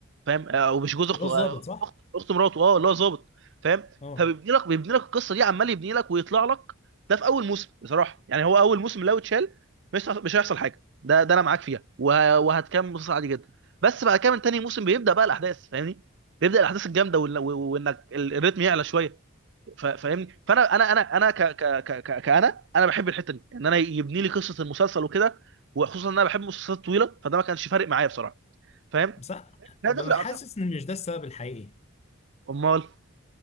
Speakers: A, on the right; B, on the left.
A: فاهم آه، او مش جوز اخته
B: هو الظابط
A: آه،
B: صح
A: اخت اخت مراته اه اللي هو ظابط فاهم
B: اه
A: فبيبني لك بيبني لك القصه دي عمال يبني لك ويطلع لك ده في اول موسم بصراحه يعني هو اول موسم لو اتشال مش هيحصل- مش هيحصل حاجه ده ده انا معاك فيها وه- وهتكمل مسلسل عادي جدا بس بعد كده من تاني موسم بيبدا بقى الاحداث فاهمني بيبدا الاحداث الجامده وإن- و- وانك ال- الريتم يعلى شويه ف- فاهمني فانا انا انا انا ك ك ك ك- كأنا انا بحب الحته دي ان انا يبني لي قصه المسلسل وكده وخصوصا ان انا بحب المسلسلات الطويله فده ما كانش فارق معايا بصراحه فاهم
B: بس أنا-
A: لا
B: ببقى
A: تفرق
B: حاسس
A: عن شخص
B: ان مش ده السبب الحقيقي
A: امال